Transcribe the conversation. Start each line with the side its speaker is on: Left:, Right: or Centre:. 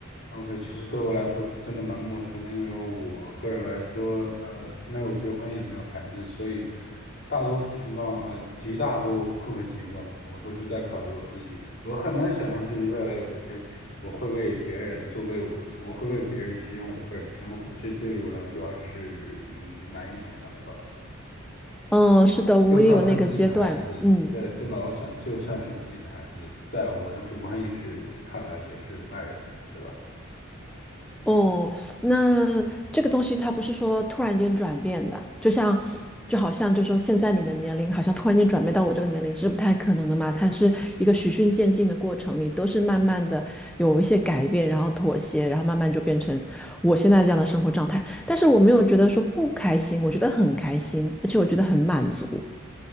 Left: OK，其实对我来说真的蛮陌生的，因为我个人来说，呃，没有结婚也没有孩子，所以大多数情况，呃，极大部部分情况，我都是在考虑我自己。我很难想象，就是未来有一天，我会为别人做，为我，我会为别人牺牲我的个人生活，这对于我来说还是嗯难以想象的吧。
Centre: 嗯，是的，我也有那个阶段。
Left: 就算是自己的孩子，
Centre: 嗯。
Left: 对对吧？我想，就算是自己的孩子，在我的主观意识看来也是外人，对吧？
Centre: 哦，那这个东西它不是说突然间转变的，就像就好像就说现在你的年龄好像突然间转变到我这个年龄是不太可能的嘛，它是一个循序渐进的过程，你都是慢慢的有一些改变，然后妥协，然后慢慢就变成我现在这样的生活状态。但是我没有觉得说不开心，我觉得很开心，而且我觉得很满足。